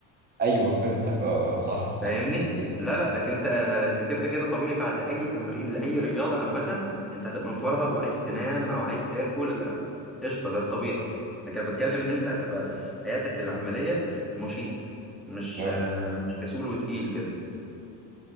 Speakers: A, on the right; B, in the centre.
A: ايوه فهمتك اه آه، صح صح
B: فاهمني
A: ده حقيقي
B: لا لا لكن انت انت كده كده طبيعي بعد اي تمرين لاي رياضه عامه انت هتبقى مفرهد وعايز تنام او عايز تاكل او قشطه ده الطبيعي لكن أنا بتكلم ان انت هتبقى في حياتك العمليه نشيط مش
A: اه
B: مش كسول وتقيل كده